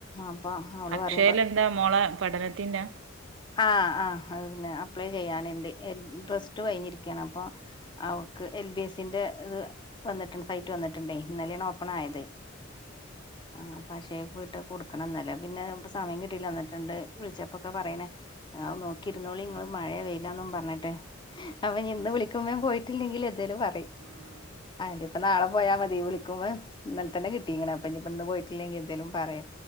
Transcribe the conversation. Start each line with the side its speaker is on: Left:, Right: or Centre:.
Left: അപ്പൊ അവള്
Right: അക്ഷയല
Left: പറയുമ്പോ
Right: എന്താ മോളെ പഠനത്തിന്റെ
Left: ആഹ് ആ് അത് പിന്നെ അപ്ലൈ ചെയ്യാന എറെ എൽ പ്ലസ്
Right: ആഹ്
Left: ടു വഴിഞ്ഞിരിക്കുകയാണ് അപ്പൊ അവക്ക്
Right: ആഹ്
Left: എൽ ബി എസ് സിന്റെ ഇത് വന്നിട്ടുണ്ട് സൈറ്റ് വന്നിട്ടുണ്ടേ ഇന്നലെയാണ് ഓപ്പൺ
Right: ആഹ് ആഹ്
Left: ആയത്
Right: ആഹ്
Left: ആ പക്ഷേ പോയിട്ട് കൊടുക്കണം ഇന്നലെ പിന്നെ ഇപ്പ സമയംകിട്ടില്ലാഹ്
Right: ആഹ് ആഹ് ആഹ് ഉം
Left: ണ്ട് വിളിച്ചപ്പൊക്കെ പറയണെ ആ് നോക്കിരുന്നോളി നിങ്ങള് മഴയ പെയില്ലന്നും പറഞ്ഞിട്ട്
Right: ഉം
Left: അവൻ ഇന്ന് ള പോയിട്ടില്ലെങ്കിൽ എന്തേലും പറയും
Right: ആഹ്
Left: അതിന്റെ ഇപ്പ നാളെ പോയാൽ മതി വിളിക്കുമ്പോ ഇന്നലെ തന്നെ കിട്ടിങ്ങ പ്പനി ഇപ്പൊന്ന് പോയിട്ടില്ലെങ്കിൽ എന്തേലും പറം